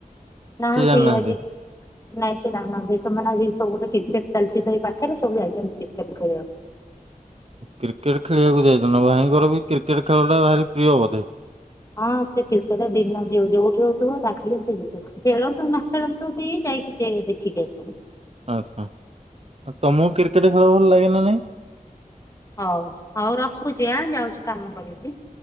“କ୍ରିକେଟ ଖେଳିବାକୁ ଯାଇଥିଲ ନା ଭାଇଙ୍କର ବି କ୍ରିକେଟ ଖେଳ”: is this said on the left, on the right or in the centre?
Right